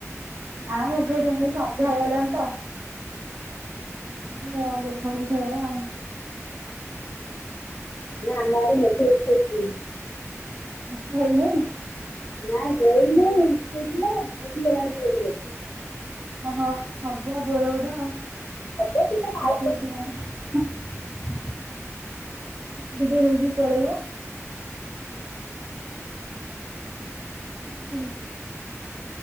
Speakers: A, on the right; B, on the left.
A: ନା ମେଘଉଠେଇନି ସନ୍ଧ୍ୟା ହେଇଗଲାଣି ତ। <unintelligible>
B: ନା ଆମ ଆଡ଼େ ମେଘ ଉଠଉଚି।
A: ପାଞ୍ଚଟା ହେଇନେଇ?
B: ନାଇଁ ଦେଇ ନେଇ ଉଠଇଥିଲା ଭାଙ୍ଗିଗଲାଣି ଗଲାଣି ବି ଗୋଟେ ପଟେ
A: ଓହୋ ହବ ଜୋଓରେ
B: ହବ କି ତାର
A: ବୋଧେ
B: ଆଉ
A: ଆଉ। ଉଠେଇଚି। ଟିକେ ହେଇକି ପଳେଇବ। ହୁଁ।